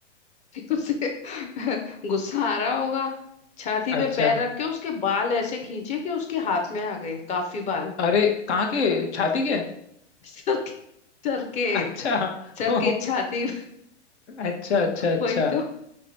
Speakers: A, on the left; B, on the left.
A: उसे <laughs> गुस्सा आ रहा होगा छाती
B: अच्छा
A: पे पैर रख के उसके बाल ऐसे खींचे कि उसके हाथ में आ गए काफी बाल
B: अरे कहाँ के छाती के
A: सर के सर के
B: अच्छा
A: सर
B: ओ,
A: के छाती
B: अच्छा अच्छा अच्छा
A: वही तो